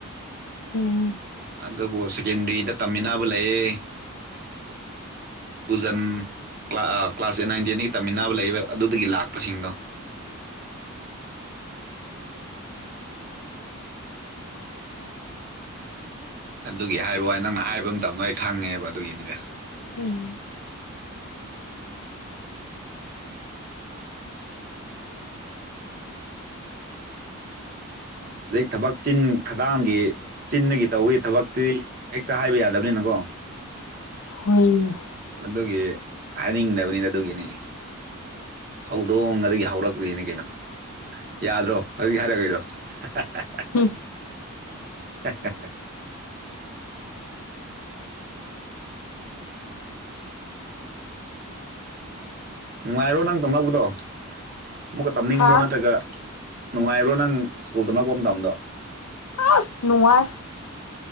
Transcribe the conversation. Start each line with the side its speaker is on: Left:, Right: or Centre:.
Left: ꯎꯝ
Right: ꯑꯗꯨꯕꯨ ꯁꯦꯀꯦꯟꯗ꯭ꯔꯤꯗ ꯇꯝꯃꯤꯟꯅꯕ ꯂꯩꯌꯦ ꯄꯨꯖꯟ ꯀ꯭ꯂꯥ ꯑ ꯀ꯭ꯂꯥꯁ ꯑꯦꯠ ꯅꯥꯏꯟ ꯇꯦꯟꯗꯒꯤ ꯇꯝꯃꯤꯟꯅꯕ ꯂꯩꯌꯦꯕ ꯑꯗꯨꯗꯒꯤ ꯂꯥꯛꯄꯁꯤꯡꯗꯣ ꯑꯗꯨꯒꯤ ꯍꯥꯢꯕꯋꯥꯅꯤ ꯅꯪꯅ ꯍꯥꯢꯕ ꯃꯇꯝꯗꯣ ꯑꯩ ꯈꯪꯉꯦꯕ ꯑꯗꯨꯒꯤꯅꯤꯗ
Left: ꯎꯝ
Right: ꯖꯤꯛ ꯊꯕꯛ ꯆꯤꯟ ꯈꯗꯥꯡꯒꯤ ꯆꯤꯟꯗꯒꯤ ꯇꯧꯋꯤ ꯊꯕꯛꯇꯤ ꯍꯦꯛꯇ ꯍꯥꯢꯕ ꯌꯥꯗꯕꯅꯤꯅꯀꯣ
Left: ꯍꯣꯢꯅꯦ
Right: ꯑꯗꯨꯒꯤ ꯍꯥꯢꯅꯤꯡꯗꯕꯅꯤꯗ ꯑꯗꯨꯒꯤꯅꯤ ꯍꯧꯗꯣꯡꯉꯗꯒꯤ ꯍꯧꯔꯛꯂꯤꯅꯤ ꯀꯩꯅꯣ ꯌꯥꯗ꯭ꯔꯣ ꯍꯧꯖꯤꯛ ꯍꯥꯢꯔꯛꯔꯤꯗꯣ <unintelligible>
Left: ꯍꯝ
Right: <unintelligible> ꯅꯨꯡꯉꯥꯢꯔꯣ ꯅꯪ ꯇꯝꯃꯛꯄꯗꯣ ꯑꯃꯨꯛꯀ ꯇꯝꯅꯤꯡꯕ꯭ꯔꯣ
Left: ꯍꯥ
Right: ꯅꯠꯇ꯭ꯔꯒ ꯅꯨꯡꯉꯥꯢꯕ꯭ꯔꯣ ꯅꯪ ꯁ꯭ꯀꯨꯜ ꯇꯝꯔꯛꯄ ꯃꯇꯝꯗꯣ
Left: ꯑꯁ ꯅꯨꯡꯉꯥꯢ